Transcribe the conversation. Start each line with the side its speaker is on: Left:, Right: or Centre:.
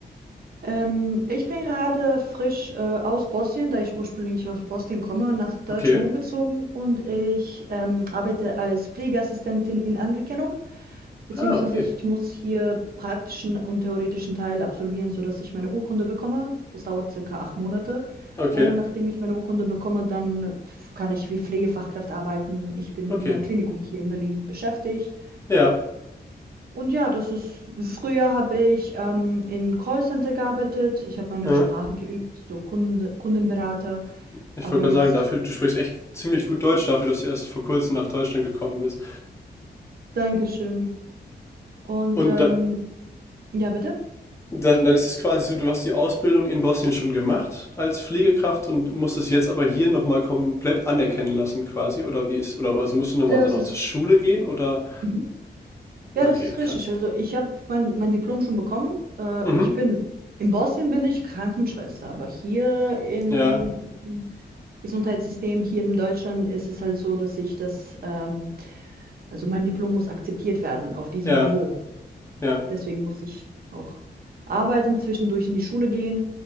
Right: Ähm, ich bin gerade frisch äh, aus Bosnien, da ich ursprünglich aus Bosnien komme, nach Deutschland
Left: Okay.
Right: umgezogen und ich ähm, arbeite als Pflegeassistentin in Anerkennung, beziehungsweise
Left: Ah, okay.
Right: ich muss hier praktischen und theoretischen Teil absolvieren, sodass ich meine Urkunde bekomme. Das dauert circa acht Monate.
Left: Okay.
Right: Und nachdem ich meine Urkunde bekomme, dann pf, kann ich wie Pflegefachkraft arbeiten. Ich bin
Left: Okay.
Right: in einem Klinikum hier in Berlin beschäftigt
Left: Ja.
Right: Und ja, das ist, früher habe ich ähm, in Callcenter gearbeitet. Ich habe meine
Left: Ja.
Right: Sprache geübt, so Kunde, Kundenberater.
Left: Ich
Right: Aber
Left: wollte gerade
Right: jetzt,
Left: sagen, dafür, du sprichst echt ziemlich gut Deutsch dafür, dass du erst vor kurzem nach Deutschland gekommen bist.
Right: Dankeschön. Und
Left: Und
Right: ähm,
Left: dann,
Right: ja, bitte.
Left: Dann, dann ist es quasi so, du hast die Ausbildung in Bosnien schon gemacht als Pflegekraft und musst es jetzt aber hier nochmal komplett anerkennen lassen, quasi, oder wie ist, oder also musst du nochmal
Right: Das
Left: dann auch
Right: ist,
Left: zur Schule gehen oder?
Right: mhm. Ja,
Left: Okay,
Right: das ist richtig.
Left: krass.
Right: Also ich habe mein, mein Diplom schon bekommen. Äh,
Left: Mhm.
Right: ich bin, in Bosnien bin ich Krankenschwester, aber hier in,
Left: Ja,
Right: im Gesundheitssystem, hier in Deutschland ist es halt so, dass ich das, ähm, also mein Diplom muss akzeptiert werden auf diesem
Left: ja,
Right: Niveau.
Left: ja,
Right: Deswegen muss ich auch arbeiten, zwischendurch in die Schule gehen.